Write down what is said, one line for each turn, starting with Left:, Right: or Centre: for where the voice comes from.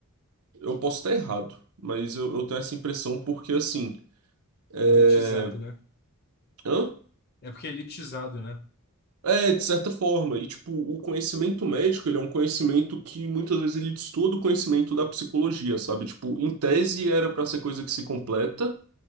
Right: Eu posso estar errado, mas eu, eu tenho essa impressão porque assim, é...
Left: elitizado, né?
Right: hã?
Left: É porque é elitizado, né?
Right: É, de certa forma. E, tipo, o conhecimento médico, ele é um conhecimento que muitas vezes ele destoa do conhecimento da psicologia, sabe? Tipo, em tese era pra ser coisa que se completa,